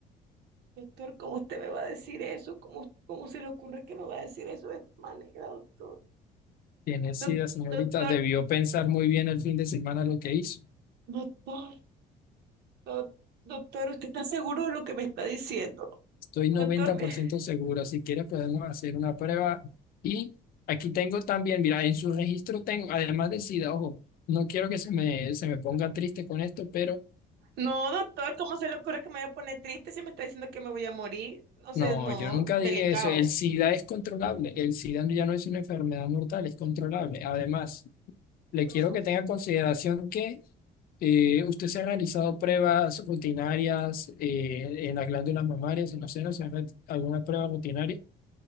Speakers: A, on the right; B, on the left.
A: Doctor, ¿cómo usted me va a decir eso? ¿Cómo, cómo se le ocurre que me va a decir eso de esta manera, doctor?
B: Tiene SIDA,
A: Doc-
B: señorita.
A: doctor,
B: Debió pensar muy bien el fin de semana lo que hizo.
A: doctor, doc- doctor, ¿usted está seguro de lo que me está diciendo?
B: Estoy noventa
A: Doctor, me...
B: por ciento seguro. Si quieres, podemos hacer una prueba. Y aquí tengo también, mira, en su registro tengo, además de SIDA, ojo, no quiero que se me, se me ponga triste con esto, pero
A: No, doctor, ¿cómo se le ocurre que me voy a poner triste si me está diciendo que me voy a morir? No sé,
B: no,
A: no,
B: yo nunca
A: delicado.
B: dije eso. El SIDA es controlable. El SIDA ya no es una enfermedad mortal, es controlable. Además, le
A: Dios.
B: quiero que tenga en consideración que eh, usted se ha realizado pruebas rutinarias eh, en las glándulas mamarias, en los senos, ¿se ha hecho alguna prueba rutinaria.